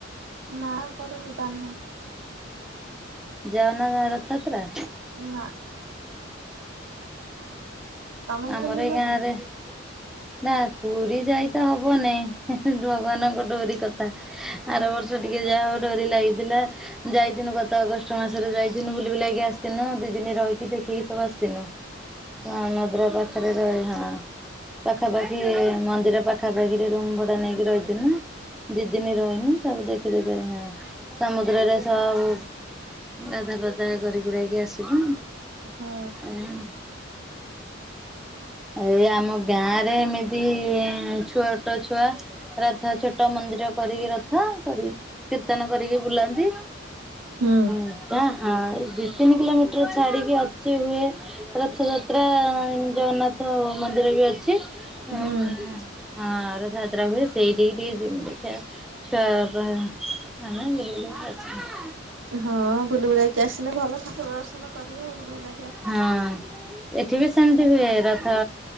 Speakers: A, on the right; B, in the centre.
A: ନା କୁଆଡେ ଯିବାର ନାହିଁ।
B: ଜଗନ୍ନାଥ ରଥଯାତ୍ରା।
A: ନା।
B: <inaudible>
A: ତମେ ଯିବନି
B: ଆମରି
A: କୁଆଡେ
B: ଗାଁ ରେ ନା ପୁରୀ ଯାଇ ତ ହବନାଇ ଭଗବାନଙ୍କ ଡୋରି କଥା
A: ହୁଁ
B: ଆର
A: ହୁଁ
B: ବର୍ଷ ଟିକେ ଯାହା ହଉ ଡୋରି ଲାଗିଥିଲା। ଯାଇଥିନୁ ଗତ ଅଗଷ୍ଟ ମାସରେ ଯାଇଥିନୁ ବୁଲି ବୁଲାଇକି ଆସିଥିନୁ ଦି ଦିନ ରହିକି ଦେଖିକି ସବୁ ଆସ <unintelligible> ମନ୍ଦିର ପାଖାପାଖିରେ ରୁମ ଭଡା ନେଇକି ରହିଥିନୁ ଦି ଦିନ ରହିନୁ ତାପରେ ଯାଇ ସମୁଦ୍ରରେ ସବୁ ଗାଧା ବାଧା କରିକୁରାଇକି ଆସିଲୁ।
A: ହଁ।
B: <unintelligible> ଏଇ ଆମ ଗାଁରେ ଏମିତି ଛୁଆଟ ଛୁଆ। ରାଧା ଛୋଟ ମନ୍ଦିର କରିକି ରଥ କରି କୀର୍ତ୍ତନ କରିକି ବୁଲାନ୍ତି।
A: ହୁଁ।
B: ଏଟା ହଁ ଦି ତିନି କିଲୋମିଟର ଛାଡିକି ଅଛି ହୁଏ ରଥଯାତ୍ରା ଜଗନ୍ନାଥ ମନ୍ଦିର ବି ଅଛି <unintelligible>
A: ହୁଁ।
B: ହଁ ରଥଯାତ୍ରା ହୁଏ ସେଇଠି ଟିକେ ଜିମୁ ଦେଖିଆ ଛୁଆ ପା ମାନେ <unintelligible>
A: ହଁ ବୁଲୁ ବୁଲାଇକି ଆସିଲେ ଭଲ ଠାକୁର ଦର୍ଶନ ତମେ କରିବ ଆଉ ବୁଲି ବୁଲା
B: ହଁ ଏଠି ବି ସେମିତି ହୁଏ ରଥ।